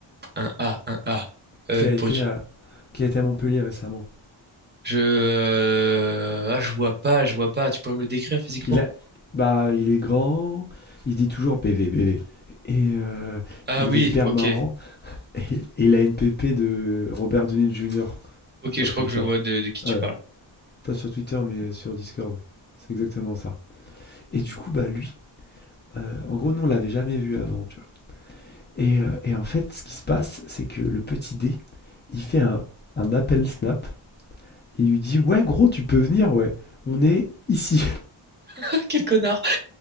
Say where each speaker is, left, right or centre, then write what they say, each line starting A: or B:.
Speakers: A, on the right; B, on the left.
A: Un A, un A. Euh,
B: qui a été
A: pourrais-tu-
B: à, qui a été à Montpellier récemment.
A: Je... euh, Ah, je vois pas, je vois pas. Tu peux me le décrire physiquement?
B: Il a, bah, il est grand, il dit toujours BV, BV. Et euh,
A: Ah
B: il
A: oui,
B: est hyper
A: ok.
B: marrant. Et, et il a une pépé de Robert Downey Jr.
A: Ok,
B: sur
A: je crois
B: Twitter.
A: que je vois de, de qui tu
B: Euh,
A: parles.
B: pas sur Twitter, mais
A: <laughs>
B: sur Discord. C'est exactement ça. Et du coup, bah lui, euh, en gros, nous, on l'avait jamais vu avant, tu vois. Et, euh, et en fait, ce qui se passe, c'est que le petit D, il fait un, un appel Snap. Et il lui dit, ouais, gros, tu peux venir, ouais. On est ici.
A: Ah, Quel connard.